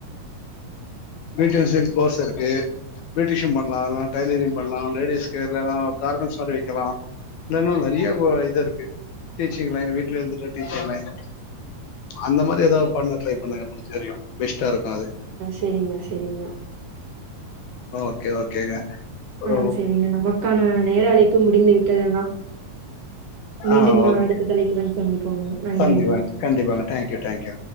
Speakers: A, on the left; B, on the right.
A: பியூட்டிஷியன் கோஸ் இருக்கு பியூட்டிஷியன் பலாம் டைலரிங் பண்ணலாம் பலாம் லேடிஸ்கு கமெண்ட்ஸ் மாரி வைக்கலாம் இன்னா நிறைய இது இருக்கு டீச்சிங் லைன் வீடல இருந்து டீச்சங் லைன் அந்த மாரி ஏதாவ பண்ண ட்ரை பண்ணுங்க முடிஞ்ச வரையும் இட்ட இருக்கும் அது
B: சரிங்கா சரிங்கா
A: ஓகே ஓகேங்க ஓ
B: ஆஹ் சரிங்க நமக்கான நேர அழைப்பு முடிந்துவிட்டு துான மீண்டும்
A: ஆ ஓகே
B: அடுத்த தலைப்புயுடன் சந்திப்போங்க நன்றிங்கனா
A: சந்திக்கலாங்க கண்டிப்பாங்க தேங்க்யூ தேங்க்யூ